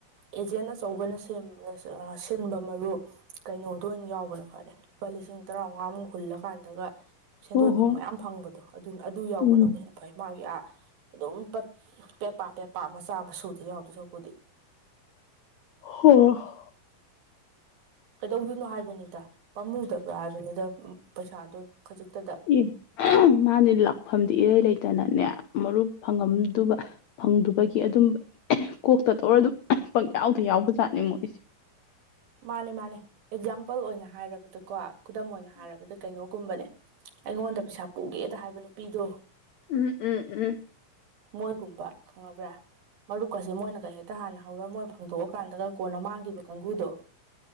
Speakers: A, on the right; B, on the left.
A: ꯑꯦꯖꯦꯟ ꯑꯆꯧꯕꯅ ꯁꯦꯝ ꯑꯥ ꯁꯤꯟꯕ ꯃꯔꯨ ꯀꯩꯅꯣꯗꯣ ꯑꯣꯏꯅ ꯌꯥꯎꯕꯅ ꯐꯔꯦ ꯂꯨꯄꯥ ꯂꯤꯁꯤꯡ ꯇꯔꯥꯎꯉꯥꯃꯨꯛ ꯍꯨꯜꯂꯀꯥꯟꯗꯒ ꯁꯦꯟꯗꯣꯏ
B: ꯍꯣ ꯍꯣꯏ
A: ꯐꯪꯕ ꯌꯥꯝ ꯐꯪꯕꯗꯣ ꯑꯗꯨꯅ ꯑꯗꯨ ꯌꯥꯎꯕꯅꯕꯨ
B: ꯎꯝ
A: ꯍꯦꯟꯅ ꯐꯩ ꯃꯥꯒꯤ ꯑꯥ ꯑꯗꯨꯝ ꯄꯠ ꯄꯦꯄꯥ ꯄꯦꯄꯥ ꯃꯆꯥ ꯃꯁꯨꯗ ꯌꯥꯎꯗꯣꯏ ꯁꯔꯨꯛꯄꯨꯗꯤ
B: <unintelligible>
A: ꯀꯩꯗꯧꯗꯣꯏꯅꯣ ꯍꯥꯏꯕꯅꯤꯗ ꯄꯥꯝꯃꯨꯗꯕ꯭ꯔꯥ ꯍꯥꯏꯕꯅꯤꯗ ꯄꯩꯁꯥꯗꯨ ꯈꯖꯤꯛꯇꯗ
B: ꯏ ꯃꯥꯗꯤ ꯂꯥꯛꯐꯝꯗꯤ ꯏꯔꯩ ꯂꯩꯇꯅꯅꯦ ꯃꯔꯨꯞ ꯐꯪꯉꯝꯗꯨꯕ ꯐꯪꯗꯨꯕꯒꯤ ꯑꯗꯨꯝꯕ ꯀꯣꯛꯇ ꯇꯧꯔꯗꯨꯝ ꯄꯪꯌꯥꯎꯗ ꯌꯥꯎꯕ ꯖꯥꯠꯅꯦ ꯃꯣꯏꯁꯦ
A: ꯃꯥꯅꯦ ꯃꯥꯅꯦ ꯑꯦꯛꯖꯥꯝꯄꯜ ꯑꯣꯏꯅ ꯍꯥꯏꯔꯕꯗꯀꯣ ꯈꯨꯗꯝ ꯑꯣꯏꯅ ꯍꯥꯏꯔꯕꯗ ꯀꯩꯅꯣꯒꯨꯝꯕꯅꯦ ꯑꯩꯉꯣꯟꯗ ꯄꯩꯁꯥ ꯄꯨꯒꯦꯗ ꯍꯥꯏꯕ ꯅꯨꯄꯤꯗꯣ
B: ꯎꯝ ꯎꯝ ꯎꯝ
A: ꯃꯣꯏꯒꯨꯝꯕ ꯈꯪꯉꯕ꯭ꯔꯥ ꯃꯔꯨꯞꯀꯖꯦ ꯃꯣꯏꯅꯒ ꯍꯦꯛꯇ ꯍꯥꯟꯅ ꯍꯧꯔ ꯃꯣꯏ ꯐꯪꯗꯣꯛꯑꯀꯥꯟꯗꯒ ꯀꯣꯟꯅ ꯃꯥꯡꯒꯤꯕ ꯀꯥꯡꯒꯨꯗꯣ